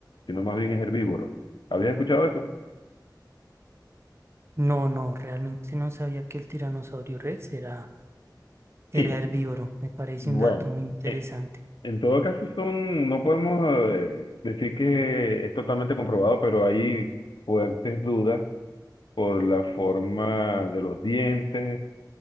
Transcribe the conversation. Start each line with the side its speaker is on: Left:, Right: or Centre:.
Left: sino más bien es herbívoro. ¿Habías escuchado eso?
Right: no, no, realmente no sabía que el tiranosaurio Rex era, era
Left: Sí,
Right: herbívoro, me parece
Left: bueno,
Right: un dato muy interesante.
Left: Eh, En todo caso, son, no podemos eh, decir que es totalmente comprobado, pero hay fuertes dudas por la forma de los dientes,